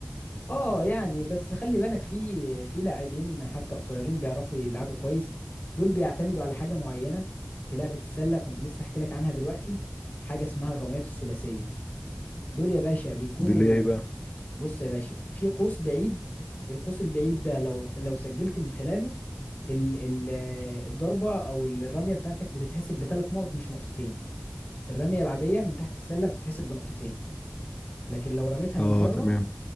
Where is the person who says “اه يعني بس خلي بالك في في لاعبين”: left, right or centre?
Left